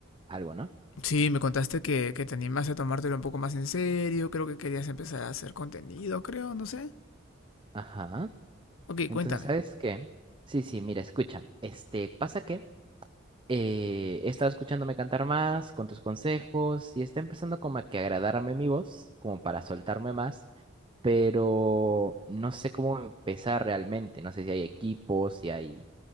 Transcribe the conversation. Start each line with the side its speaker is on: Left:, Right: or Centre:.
Right: algo, ¿no?
Left: Sí, me contaste que, que te animaste a tomártelo un poco más en serio, creo que querías empezar a hacer contenido, creo, no sé.
Right: Ajá.
Left: Ok,
Right: Entonces,
Left: cuéntame.
Right: ¿sabes qué? Sí, sí, mira, escucha. Este, pasa que eh, he estado escuchándome cantar más con tus consejos y está empezando como a que agradarme mi voz, como para soltarme más, pero no sé cómo empezar realmente. No sé si hay equipos, si hay